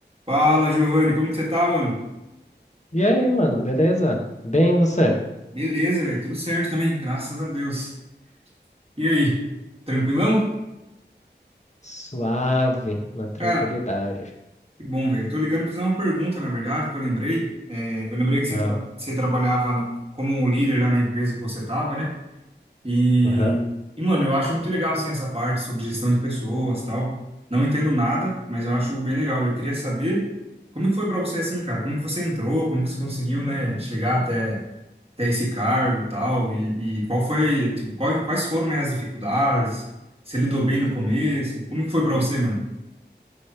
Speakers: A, on the right; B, on the left.
A: Fala, Giovanni, como que você tá, mano?
B: E aí, mano, beleza? Bem, e você?
A: Beleza, velho, tudo certo também, graças a Deus. E aí, tranquilão?
B: Suave, na tranquilidade.
A: Cara, que bom, velho. Eu tô ligando pra fazer uma pergunta, na verdade, que eu lembrei. É, eu lembrei que você,
B: Ah,
A: tra- você trabalhava na- como líder lá na empresa que você tava, né? E,
B: aham.
A: e, mano, eu acho muito legal, assim, essa parte sobre gestão de pessoas tal. Não entendo nada, mas eu acho bem legal. Eu queria saber como que foi pra você, assim, cara? Como que você entrou? Como que você conseguiu, né, chegar até ter esse cargo e tal, e, e qual foi, tipo, qual- quais foram, né, as dificuldades, se lidou bem no começo, como que foi pra você, mano?